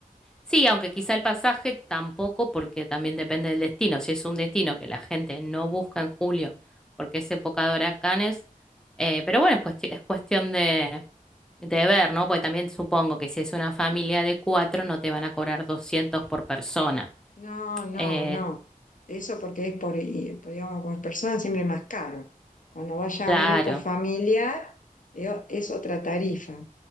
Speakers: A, in the centre; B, on the left.
A: Sí, aunque quizá el pasaje tampoco, porque también depende del destino. Si es un destino que la gente no busca en julio, porque es época de huracanes, eh, pero bueno, es, cuesti- es cuestión de, de ver, ¿no? Porque también supongo que si es una familia de cuatro, no te van a cobrar doscientos por persona.
B: No, no,
A: Eh,
B: no. Eso porque es por, y- por, digamos, por persona siempre más caro. Cuando vaya
A: claro,
B: a un grupo familiar, eh, es otra tarifa.